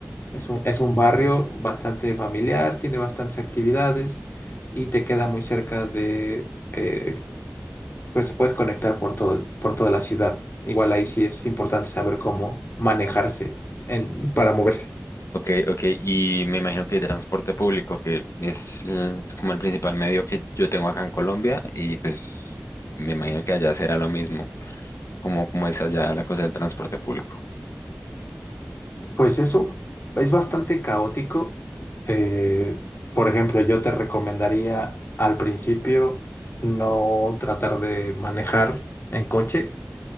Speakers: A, on the left; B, on the left.
A: Es un, es un barrio bastante familiar, tiene bastantes actividades y te queda muy cerca de... eh, pues se puedes conectar por todo, el- por toda la ciudad. Igual ahí sí es importante saber cómo manejarse en, para moverse.
B: Ok, ok, y me imagino que hay transporte público, que es el- como el principal medio que yo tengo acá en Colombia, y pues me imagino que allá será lo mismo, como, como es allá la cosa del transporte público.
A: Pues eso es bastante caótico. Eh, por ejemplo, yo te recomendaría al principio no tratar de manejar en coche